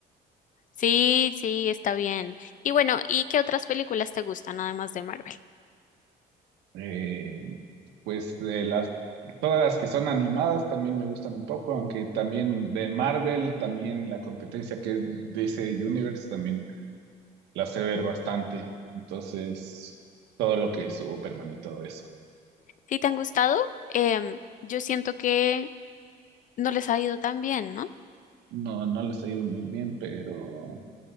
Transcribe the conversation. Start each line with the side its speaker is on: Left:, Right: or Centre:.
Left: Sí, sí, está bien. Y bueno, ¿y qué otras películas te gustan además de Marvel?
Right: Eh, pues de las, todas las que son animadas también me gustan un poco, aunque también de Marvel, también la competencia que es DC Universe, también la sé ver bastante. Entonces, todo lo que es Superman y todo eso.
Left: si te han gustado, em, yo siento que no les ha ido tan bien, ¿no?
Right: No, no les ha ido muy bien, pero